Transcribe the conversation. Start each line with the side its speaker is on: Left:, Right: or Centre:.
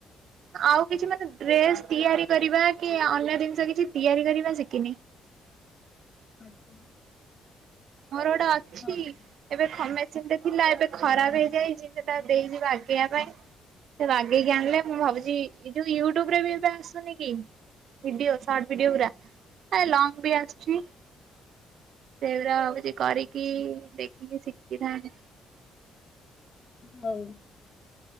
Right: ଆଉ କିଛି ମାନେ ଡ୍ରେସ ତିଆରି କରିବା କି ଅନ୍ୟ ଜିନିଷ କିଛି ତିଆରି କରିବା ଶିଖିନି। <inaudible>
Left: ଆଚ୍ଛା।
Right: ମୋର ଗୋଟେ ଅଛି
Left: ହଉ
Right: ଏବେ ଖମେଶ ସେଟା ଥିଲା ଏବେ ଖରାପ ହେଇଯାଇଛି ସେଟା ଦେଇଛି ଵାଗେଇବା ପାଇଁ। ସେ ବାଗେଇକି ଆଣିଲେ ମୁଁ ଭାବୁଛି ଏ ଯୋଉ ୟୁଟ୍ୟୁବରେ ବି ଏବେ ଆସୁନି କି? ଭିଡିଓ ସଟ ଭିଡିଓ ପୁରା ଲଙ୍ଗ ବି ଆସୁଛି ସେଗୁରା ଆଉ କିଛି କରିକି
Left: ହଉ
Right: ଦେଖିକି ଶିଖିଥାନ୍ତି।
Left: ହଁ ହଉ।